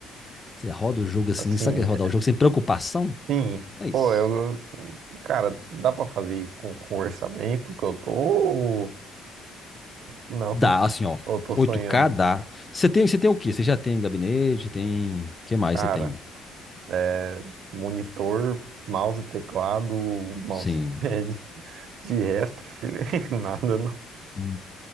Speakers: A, on the left; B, on the right.
A: você roda o jogo assim,
B: Assim.
A: sabe o que é rodar o jogo sem preocupação?
B: Sim,
A: É isso.
B: pô, eu, eu- cara, dá pra fazer isso com, com orçamento que eu tô? <laughs> Não,
A: Dá, assim, ó.
B: eu tô sonhando.
A: oito k dá. Você tem, você tem o quê? Você já tem gabinete, tem... O que mais
B: Cara,
A: você tem?
B: é, monitor, mouse, teclado, mousepad,
A: Sim.
B: <laughs> de resto, filho, <laughs> nada não.
A: Hum.